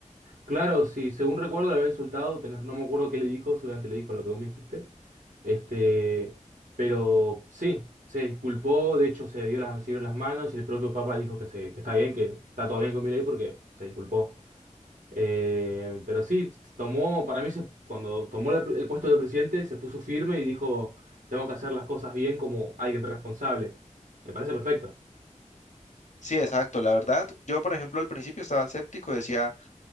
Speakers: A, on the right; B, on the left.
A: Claro, sí, según recuerdo le había insultado, tenés- no me acuerdo qué le dijo, seguramente le dijo lo que vos me dijiste. Este, pero sí, se disculpó, de hecho se dio las, se dieron las manos y el propio Papa le dijo que, se, que está bien, que está todo bien con ley porque se disculpó. Eh, pero sí, tomó, para mí se- cuando tomó la- el puesto de presidente se puso firme y dijo, tengo que hacer las cosas bien como alguien responsable. Me parece perfecto.
B: Sí, exacto. La verdad, yo por ejemplo al principio estaba escéptico y decía,